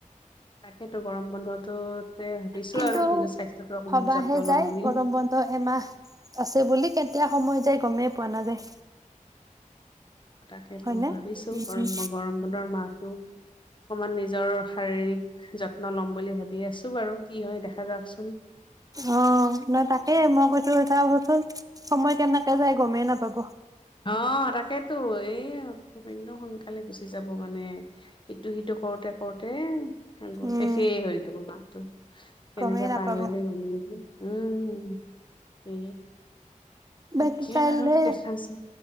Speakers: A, on the left; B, on the right.
A: তাকেতো গৰম বন্ধটোত ভাবিছোঁ
B: কিন্তু
A: আৰু নিজৰ স্বাস্থ্যত অকমান
B: ভবাহে
A: যত্ন
B: যায়
A: ল'ম বুলি।
B: গৰম বন্ধ এমাহ আছে বুলি কেতিয়া সময় যায় গমেই পোৱা নাযায়।
A: তাকেইতোঁ,
B: হয়নে?
A: ভাবিছোঁ, গৰম
B: উম
A: ব গৰম বন্ধৰ মাহটো অকমান নিজৰ শাৰীৰিক যত্ন ল'ম বুলি ভাবি আছোঁ বাৰু, কি হয় দেখা যাওকচোন।
B: অ' নহৈ তাকে, মই কৈছোঁ এটা হ'বচোন। সময় কেনেকে যায় গমেই নাপাব।
A: অ' তাকেতো এই একদম সোনকালে গুচি যাব মানে, ইটো সিটো কৰোঁতে কৰোঁতে। আকৌ
B: উম,
A: শেষেই হৈ যাব মাহটো। কেনেকে
B: গমেই নাপাব।
A: পাৰ হৈ যায় গমেই নাপাও, উম! সেই
B: বাকী
A: একে
B: কাইলে
A: বাৰু দেখাচোন,